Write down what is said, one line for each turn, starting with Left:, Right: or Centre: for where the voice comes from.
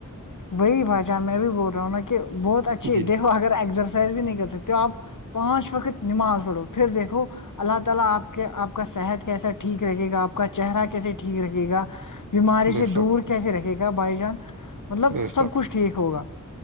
Left: وہی پہچان میں بھی بول رہا ہوں نا کہ بہت اچھی
Right: جی
Left: دیکھو اگر ایکسرسائز بھی نہیں کر سکتے آپ پانچ وقت نماز پڑھو پھر دیکھو اللہ تالا آپ کا صحت کیسا ٹھیک رکھے گا آپ کا چہرہ کیسا ٹھیک رہے گا بیماری
Right: بے
Left: سے
Right: شک
Left: دور کیسے رکھے گا بائی جان مطلب
Right: بے
Left: سب
Right: شک
Left: کچھ ٹھیک ہوگا